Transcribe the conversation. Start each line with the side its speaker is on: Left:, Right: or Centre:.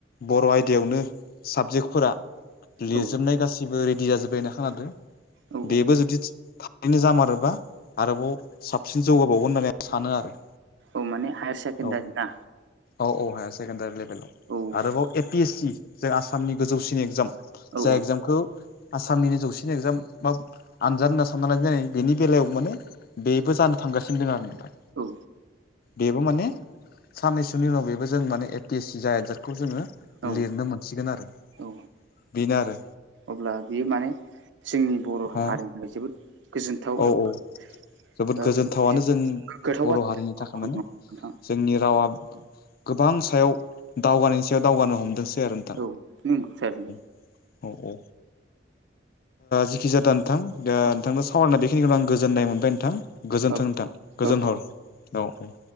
Left: बर' आयदायावनो साबजेक्टफोरा लिरजोबनाय
Right: औ
Left: गासिबो रेडि जाजोबबाय होनना खोनादों
Right: औ
Left: बेबो
Right: औ
Left: जुदि रैनो जामारोबा आरोबाव साबसिन जौगाबावगोन होननानै आं सानो आरो
Right: औ माने हायार सेकेन्दारि
Left: औ
Right: ना
Left: औ औ हायार सेकेण्डारि लेभेलाव
Right: औ
Left: आरोबाव ए पि एस सि जों आसामनि गोजौसिन एग्जाम
Right: औ
Left: जाय एगजामखौ आसामनिनो जौसिन एगजाम मा आनजाद होनना सानना लानाय जायो बेनि बेलायाव माने बेबो जानो थांगासिनो दं आरो नोंथां
Right: औ
Left: बेबो माने साननैसोनि उनाव बेबो जों माने ए पि एस सि जाय आजादखौ जोङो
Right: औ
Left: लिरनो मोनसिगोन आरो
Right: औ
Left: बेनो आरो
Right: अब्ला बेयो माने जोंनि बर'
Left: हा
Right: हारिनिफ्राय जोबोद गोजोनथाव
Left: औ
Right: एबा
Left: औ जोबोद
Right: ओ
Left: गोजोनथावनो
Right: मोनसे
Left: जों
Right: गोग्गाथाव
Left: बर'
Right: बाथ्रा
Left: हारिनि थाखाय माने
Right: नोंथां
Left: जोंनि रावा गोबां सायाव दावगानायनि सायाव दावगानो हमदोंसै आरो ।
Right: औ नोंनो खिथादों ।
Left: औ औ ओ जेखि जादा नोंथां दा
Right: औ
Left: नोंथांनो बेखिनिखौनो आं गोजोन्नाय मोनबाय नोंथां गोजोन्थों
Right: औ
Left: नोंथां गोजोन
Right: औ
Left: हर औ औ ।